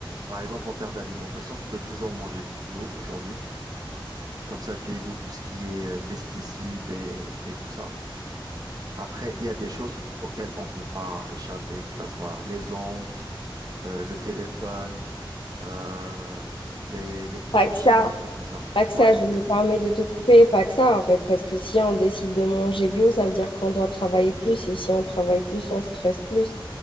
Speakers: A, on the right; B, on the left.
A: par exemple, en termes d'alimentation, tu peux toujours manger du bio aujourd'hui. Comme ça, tu évites tout ce qui est euh, pesticides et, et tout ça. Après, il y a des choses auxquelles on ne peut pas échapper, que ce soit les ondes, euh, le téléphone euh, les, les produits
B: pas que
A: chimiques
B: ça,
A: et tout ça.
B: pas que ça,
A: Ouais,
B: je me
A: y
B: permets de te couper, pas que ça en fait, parce que si on décide de manger bio, ça veut dire qu'on doit travailler plus, et si on travaille plus, on stresse plus,